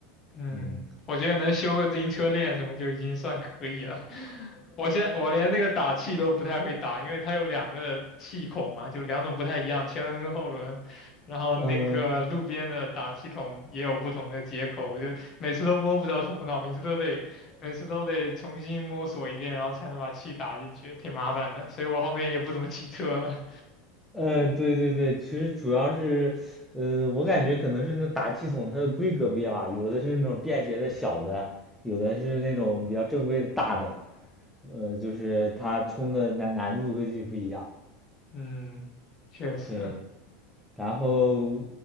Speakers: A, on the left; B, in the centre.
A: 嗯，
B: 嗯
A: 我觉得能修个自行车链什么就已经算可以了。<laughs> 我现我连那个打气都不太会打，因为它有两个气孔嘛，就两种不太一样，前轮跟后轮。然后那个路边的打气筒也有不同的接口，
B: 嗯
A: 我就每次都摸不着头脑，每次都得每次都得重新摸索一遍，然后才能把气打进去，挺麻烦的。所以我后面也不怎么骑车了。
B: 呃，呃对对对，其实主要是，呃，我感觉可能是那打气筒它的规格不一样吧，有的是那种便携的小的，有的是那种比较正规的大的。呃，就是它冲的难难度估计不一样。
A: 嗯，确实
B: 对，然后